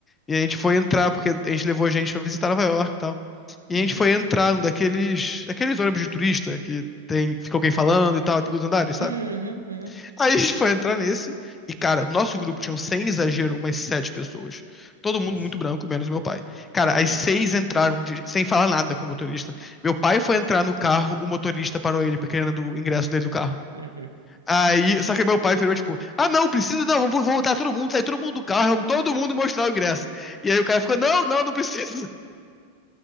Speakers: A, on the left; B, on the right.
A: e a gente foi entrar, porque a gente levou gente pra visitar Nova York e tal. E
B: Uhum.
A: a gente foi entrar num daqueles, aqueles ônibus de turista que tem, fica alguém falando e tal, tem dois andares, sabe?
B: Uhum, uhum.
A: Aí a gente foi entrar nesse e, cara, nosso grupo tinha, sem exagero, umas sete pessoas. Todo
B: Nossa.
A: mundo muito branco, menos meu pai. Cara,
B: Uhum,
A: as seis entraram de- sem falar nada com o motorista. Meu pai foi entrar no carro, o motorista parou ele, porque querendo o ingresso dele do carro.
B: uhum.
A: Aí, só que meu pai virou tipo, ah não, precisa não, vamos voltar todo mundo, sair todo mundo do carro, vamos todo mundo mostrar o ingresso. E aí o cara ficou, não, não, não precisa.